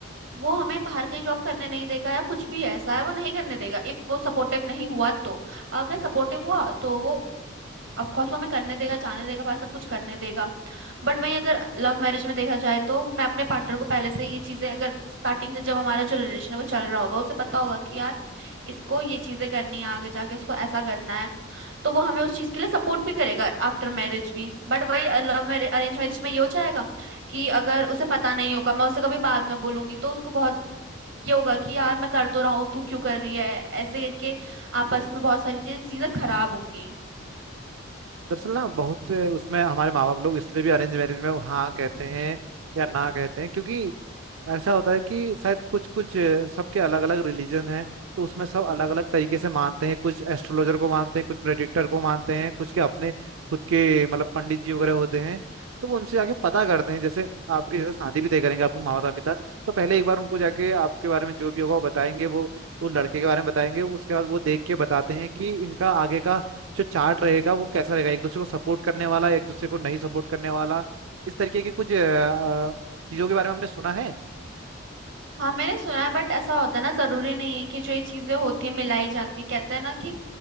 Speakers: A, on the right; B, on the right.
A: वो हमें बाहर कहीं जॉब करने नहीं देगा या कुछ भी ऐसा है वो नहीं करने देगा इफ वो सपोर्टिव नहीं हुआ तो अगर
B: के
A: सपोर्टिव हुआ तो वो ऑफ कोर्स वो हमें करने देगा जाने देगा बाहर सब कुछ करने देगा बट वहीं अगर लव मैरिज में देखा जाए तो मैं अपने पार्टनर को पहले से ये चीजें अगर स्टार्टिंग से जब हमारा जो रिलेशन है वो चल रहा होगा उसे पता होगा कि यार इसको ये चीजें करनी है आगे जाके इसको ऐसा करना है तो वो हमें उस चीज के लिए सपोर्ट भी करेगा आफ्टर मैरिज भी बट वही लव मैरिज अरेंज मैरिज में ये हो जाएगा कि अगर उसे पता नहीं होगा मैं उसे कभी बाद में बोलूंगी तो उसको बहुत ये होगा कि यार मैं कर तो रहा हूँ तू क्यों कर रही है ऐसे करके आपस में बहुत सारी चीजें चीजें खराब होंगी
B: दरअसल ना बहुत से उसमें हमारे माँ बाप लोग इसलिए भी अरेंज मैरिज में वो हाँ कहते हैं या ना कहते हैं क्योंकि ऐसा होता है कि शायद कुछ कुछ अ, सबके अलग अलग रिलीजन हैं तो उसमें सब अलग अलग तरीके से मानते हैं कुछ एस्ट्रोलॉजर को मानते हैं कुछ प्रेडिक्टर को मानते हैं कुछ के अपने खुद के मतलब पंडित जी वगैरह होते हैं तो वो उनसे जाके पता करते हैं जैसे आपकी जैसे शादी भी तय करेंगे आपके माता पिता तो पहले एक बार उनको जाके आपके बारे में जो भी होगा वो बताएंगे वो वो लड़के के बारे में बताएंगे उसके बाद वो देख के बताते हैं कि इनका आगे का जो चार्ट रहेगा वो कैसा रहेगा एक दूसरे को सपोर्ट करने वाला एक दूसरे को नहीं सपोर्ट करने वाला इस तरीके के कुछ अ, चीजों के बारे में हमने सुना है
A: हाँ मैंने सुना है बट ऐसा होता है ना जरूरी नहीं है कि जो ये चीजें होती है मिलाई जाती है कहते हैं ना कि